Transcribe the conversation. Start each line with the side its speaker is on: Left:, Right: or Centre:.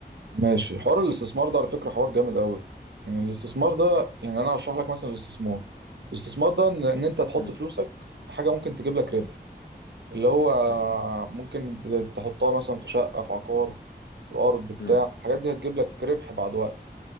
Right: ماشي حوار الاستثمار ده على فكرة حوار جامد قوي يعني الاستثمار ده يعني انا هشرح لك مثلا الاستثمار الاستثمار ده ان, إن انت تحط
Left: مم،
Right: فلوسك في حاجة ممكن تجيب لك
Left: مم،
Right: ربح اللي هو
Left: مم،
Right: ممكن ت- تحطها مثلا في شقة في عقار في ارض بتاع
Left: مم،
Right: الحاجات دي هتجيب لك ربح بعد وقت